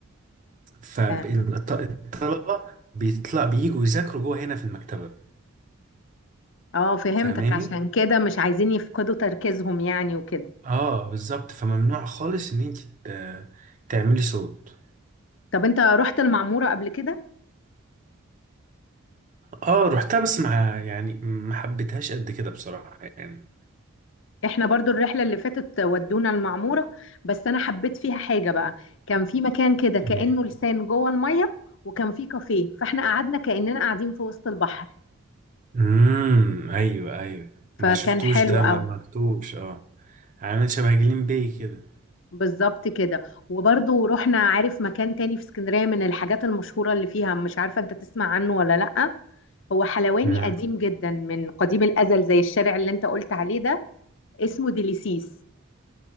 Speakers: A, on the right; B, on the left.
A: فالطلبة
B: اه
A: بيطلع بييجوا يذاكروا جوه هنا في المكتبة
B: آه، فهمتك
A: فاهماني؟
B: عشان كده مش عايزين يفقدوا تركيزهم يعني وكده
A: اه بالظبط فممنوع خالص ان انت ت- تعملي صوت
B: طب انت رحت المعمورة قبل كده
A: اه رحتها بس مع يعني ما حبيتهاش قد كده بصراحة يعني
B: احنا برضو الرحلة اللي فاتت ودونا المعمورة بس انا حبيت فيها حاجة بقى كان في مكان كده كأنه
A: ايه
B: لسان جوه المية وكان في كافيه فاحنا قعدنا كأننا قاعدين في وسط البحر
A: امم ايوه ايوه ما
B: فكان
A: شفتوش
B: حلو
A: ده
B: قوي
A: ما عملتوش اه عامل شبه جليم بي كده
B: بالظبط كده وبرضو رحنا عارف مكان تاني في اسكندرية من الحاجات المشهورة اللي فيها مش عارفة انت تسمع عنه ولا لأ هو حلواني
A: امم
B: قديم جدا من قديم الأزل زي الشارع اللي انت قلت عليه ده اسمه ديليسيس